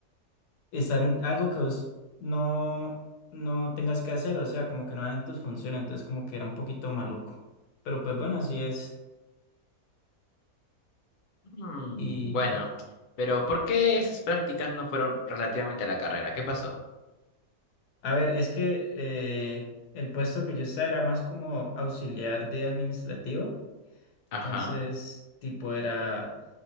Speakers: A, on the left; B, on the left.
A: estar en algo que vos no, no tengas que hacer, o sea, como que no hagan tus funciones, entonces como que era un poquito maluco. Pero pues bueno, así es.
B: Mm,
A: Y
B: bueno,
A: ya.
B: pero ¿por qué esas prácticas no fueron relativamente a la carrera? ¿Qué pasó?
A: A ver, es que eh, el puesto que yo estaba era más como auxiliar de administrativo,
B: Ajá.
A: entonces tipo era